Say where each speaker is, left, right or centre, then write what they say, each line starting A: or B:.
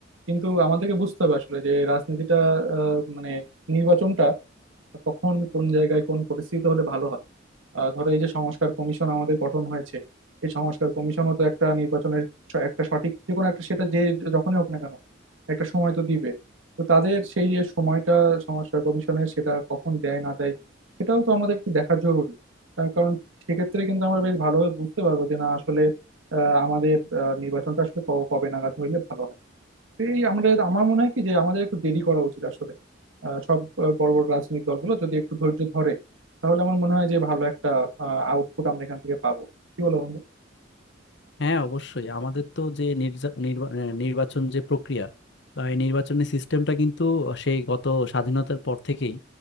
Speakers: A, on the right; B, on the left.
A: কিন্তু আমাদেরকে বুঝতে হবে আসলে যে রাজনীতিটা আহ, মানে নির্বাচনটা কখন কোন জায়গায় কোন পরিস্থিতিতে হলে ভালো হয় আহ, ধরো এই যে সংস্কার কমিশন আমাদের গঠন হয়েছে সেই সংস্কার কমিশনও তো একটা নির্বাচনের স- একটা সঠিক যে কোনো একটা সেটা যে যখনই হোক না কেন একটা সময় তো দিবে তো তাদের সেই যে সময়টা সংস্কার কমিশনের সেটা কখন দেয় না দেয় সেটাও তো আমাদের একটু দেখা জরুরি তার কারণ সেক্ষেত্রে কিন্তু আমরা বেশ ভালোভাবে বুঝতে পারবো যে না আসলে আহ, আমাদের আহ, নির্বাচনটা আসলে ক- কবে নাগাদ হইলে ভালো হয় এই আমাদের আমার মনে হয় কি যে আমাদের একটু দেরি করা উচিত আসলে আহ, সব আহ, বড় বড় রাজনৈতিক দলগুলো যদি একটু ধৈর্য ধরে তাহলে আমার মনে হয় যে ভালো একটা আউটপুট আমরা এখান থেকে পাবো কি বলো বন্ধু
B: হ্যাঁ অবশ্যই আমাদের তো যে নির্যা- নির্বা- আহ, নির্বাচন যে প্রক্রিয়া বা এই নির্বাচনের সিস্টেমটা কিন্তু সেই গত স্বাধীনতার পর থেকেই